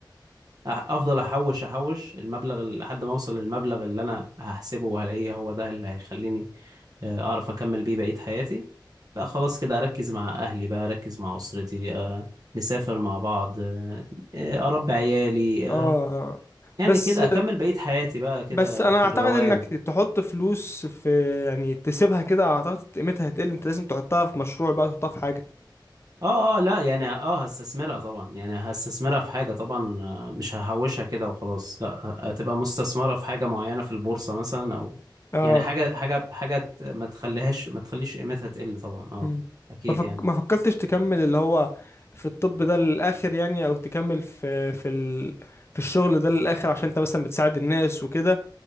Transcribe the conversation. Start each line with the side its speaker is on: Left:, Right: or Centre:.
Right: افضل احوش احوش المبلغ ال- لحد ما اوصل للمبلغ اللي انا هحسبه وهلاقيه هو ده اللي هيخليني آه، اعرف اكمل بيه بقية حياتي لا خلاص كده اركز مع اهلي بقى اركز مع اسرتي آه، نسافر مع بعض آه، آه، اربي عيالي
Left: اه
Right: آه، يعني
Left: بس
Right: كده اكمل بقية حياتي بقى كده
Left: بس انا
Right: في
Left: اعتقد
Right: الروقان
Left: انك تحط فلوس في يعني تسيبها كده اعتقد قيمتها هتقل انت لازم تحطها في مشروع بقى تحطها في حاجة
Right: اه اه لا يعني اه هستثمرها طبعا يعني هستثمرها في حاجة طبعا آه، مش ههوشها كده وخلاص لا ه- هتبقى مستثمرة في حاجة معينة في البورصة مثلا او
Left: اه
Right: يعني حاجة حاجة حاجة ت- ما تخليهاش ما تخليش قيمتها تقل طبعا اه
Left: مم.
Right: اكيد
Left: ما فك...
Right: يعني
Left: ما فكرتش تكمل اللي هو في الطب ده للآخر يعني او تكمل في في ال... في الشغل ده للآخر عشان انت مثلا بتساعد الناس وكده